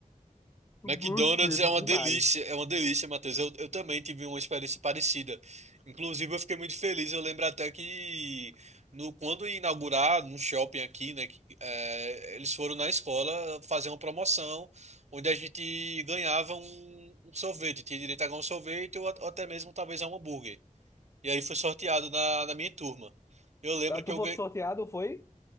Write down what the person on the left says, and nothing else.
Bons
tempos
demais.
Ah,
Tu
foi
sorteado, foi?